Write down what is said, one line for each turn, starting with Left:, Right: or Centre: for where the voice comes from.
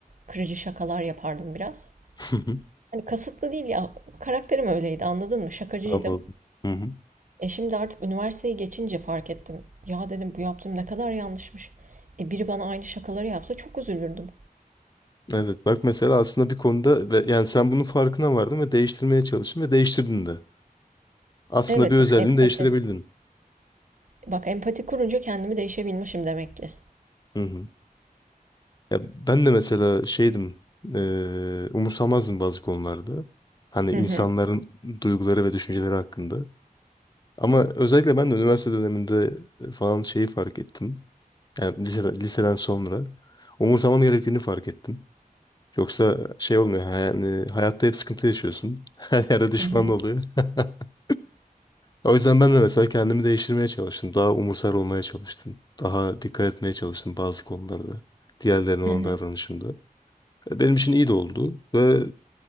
Right: kırıcı şakalar yapardım biraz.
Left: <laughs>
Right: Hani, kasıtlı değil ya, karakterim öyleydi, anladın mı? Şakacıydım.
Left: Anladım. Hı hı.
Right: E şimdi artık üniversiteyi geçince fark ettim. Ya dedim bu yaptığım ne kadar yanlışmış. E biri bana aynı şakaları yapsa çok üzülürdüm.
Left: Evet bak mesela aslında bir konuda ve- yani sen bunun farkına vardın ve değiştirmeye çalıştın ve değiştirdin de. Aslında
Right: Evet
Left: bir özelliğini
Right: yani empati.
Left: değiştirebildin.
Right: Bak empati kurunca kendimi değişebilmişim demek ki.
Left: Hı hı. Ya ben de mesela şeydim, eee umursamazdım bazı konularda. Hani
Right: Hı
Left: insanların
Right: hı.
Left: duyguları ve düşünceleri hakkında. Ama özellikle ben de üniversite döneminde falan şeyi fark ettim. Yani liseden, liseden sonra umursamam gerektiğini fark ettim. Yoksa şey olmuyor. Yani hayatta hep sıkıntı yaşıyorsun. <laughs> Her yerde düşman
Right: Hı hı.
Left: oluyor. <laughs> O yüzden ben de mesela kendimi değiştirmeye çalıştım. Daha umursar olmaya çalıştım. Daha dikkat etmeye çalıştım bazı konularda. Diğerlerine olan
Right: Hı hı.
Left: davranışımda. E, Benim için iyi de oldu. Ve